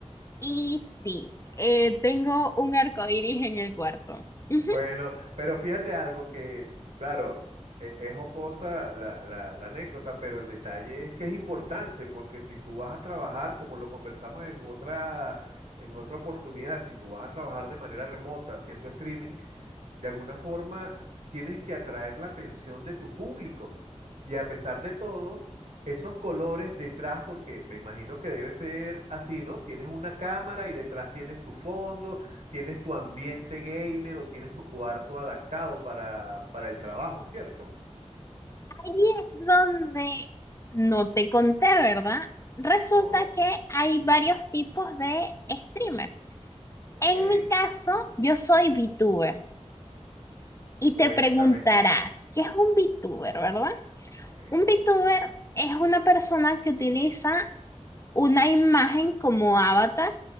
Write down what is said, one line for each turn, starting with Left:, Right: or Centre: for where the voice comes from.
Left: Y sí, eh, tengo un arco iris en el cuarto. Ujú.
Right: Bueno, pero fíjate algo que, claro, e- es jocosa la, la- la anécdota, pero el detalle es que es importante, porque si tú vas a trabajar, como lo conversamos en otra, en otra oportunidad, si tú vas a trabajar de manera remota haciendo streaming, de alguna forma tienes que atraer la atención de tu público. Y a pesar de todo, esos colores detrás, porque me imagino que debe ser así, ¿no? Tienes una cámara y detrás tienes tu fondo, tienes tu ambiente gamer o tienes tu cuarto adaptado para, para el trabajo, ¿cierto?
Left: Ahí es donde no te conté, ¿verdad? Resulta
Right: No,
Left: que hay varios tipos de streamers.
Right: ok.
Left: En mi caso, yo soy VTuber. Y
Right: Cuéntame
Left: te preguntarás, ¿qué es un VTuber, verdad?
Right: eso.
Left: Un VTuber es una persona que utiliza una imagen como avatar